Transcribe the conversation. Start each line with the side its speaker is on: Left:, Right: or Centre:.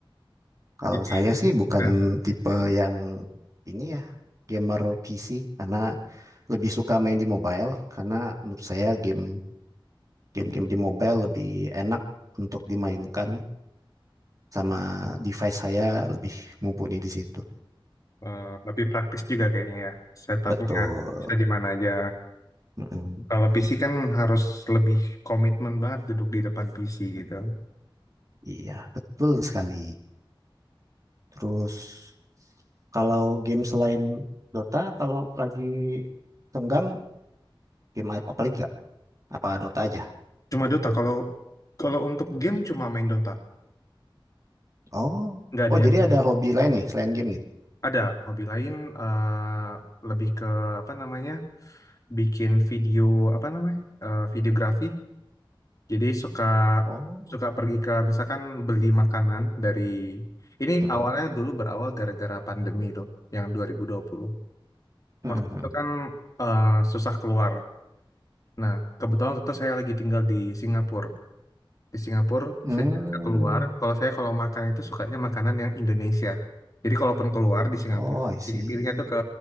Right: Kalau
Left: jadi
Right: saya sih bukan
Left: nah,
Right: tipe yang ini ya, gamer PC karena lebih suka main di mobile karena menurut saya game game-game di mobile lebih enak untuk dimainkan sama device saya lebih mumpuni di situ.
Left: eh, lebih praktis juga kayaknya ya setupnya
Right: Betul.
Left: bisa di mana aja
Right: Mm-mm.
Left: kalau PC kan harus lebih komitmen banget duduk di depan PC gitu
Right: Iya, betul sekali. Terus kalau game selain Dota, kalau lagi tenggang game apa apa lagi gak? Apa Dota aja?
Left: Cuma Dota. Kalau kalau untuk game cuma main Dota.
Right: Oh,
Left: Nggak ada
Right: oh jadi
Left: yang
Right: ada hobi lain nih selain game nih.
Left: ada hobi lain eh, lebih ke apa namanya? Bikin video apa namanya? eh, videografi. Jadi suka
Right: Oh,
Left: suka pergi ke misalkan beli makanan dari ini
Right: mm-mm.
Left: awalnya dulu berawal gara-gara pandemi tuh yang 2020.
Right: Mm-mm.
Left: Waktu itu kan eh, susah keluar. Nah, kebetulan waktu itu saya lagi tinggal di Singapura. Di Singapura
Right: Hmm.
Left: saya nggak keluar, kalau saya kalau makan itu sukanya makanan yang Indonesia. Jadi kalaupun keluar di Singapura,
Right: Oh, I see.
Left: pilih- pilihnya tuh ke